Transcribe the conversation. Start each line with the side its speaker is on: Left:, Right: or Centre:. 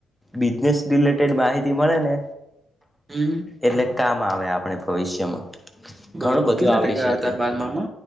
Centre: બિઝનેસ રિલેટેડ માહિતી મળે ને
Right: હમ.
Centre: એટલે કામ આવે આપણે ભવિષ્યમાં
Right: બરોબર
Centre: ઘણું બધું
Right: કેટલા
Centre: આવડી
Right: ટકા
Centre: શકે.
Right: હતા બારમામાં